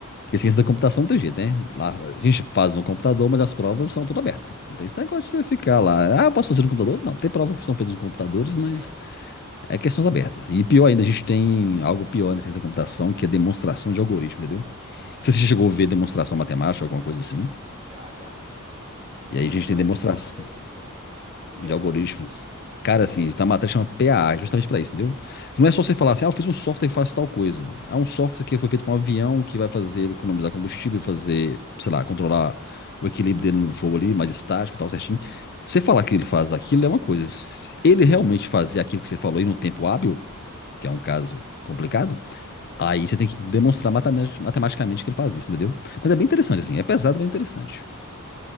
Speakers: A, on the left; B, on the right.
A: Porque ciência da computação não tem jeito, né? Lá, a gente faz no computador, mas as provas são todas abertas. Não tem esse negócio de você ficar lá. Ah, posso fazer no computador? Não, tem provas que são feitas nos computadores, mas
B: É,
A: é questões abertas. E pior ainda, a gente tem algo pior na ciência da computação, que é demonstração de algoritmo, entendeu? Não sei se você chegou a ver demonstração matemática, alguma coisa assim.
B: já, já.
A: E aí
B: Matemática
A: a gente tem demonstração
B: sim, mas de algoritmo não. Como
A: de
B: que é
A: algoritmo.
B: essa?
A: Cara, assim, tá a matéria chama PAA, justamente pra isso, entendeu? Que não é só você falar assim, ah, eu fiz um software que faz tal coisa. É um software que foi feito pra um avião que vai fazer ele economizar combustível, fazer, sei lá, controlar o equilíbrio dele no fogo ali, mais estático e tal, certinho. Você falar que ele faz aquilo é uma coisa. Se ele realmente fazer aquilo que você falou aí num tempo hábil, que é um caso complicado, aí você tem que demonstrar matema- matematicamente que ele faz isso, entendeu? Mas é bem interessante, assim. É pesado, mas é interessante.